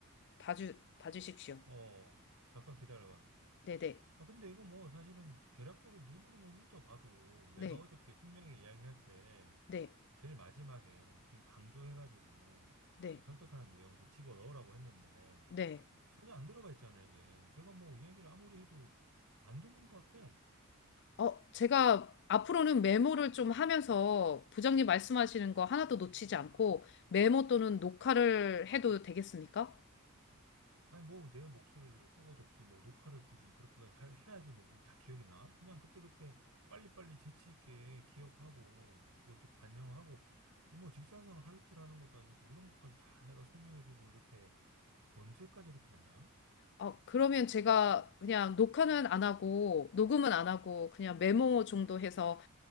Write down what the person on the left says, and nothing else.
봐주, 봐주십시오.
네네,
네,
네,
네, 네.
네.
어, 제가 앞으로는 메모를 좀 하면서 부장님 말씀하시는 거 하나도 놓치지 않고 메모 또는 녹화를 해도 되겠습니까?
어, 그러면 제가 그냥 녹화는 안 하고 녹음은 안 하고 그냥 메모 정도 해서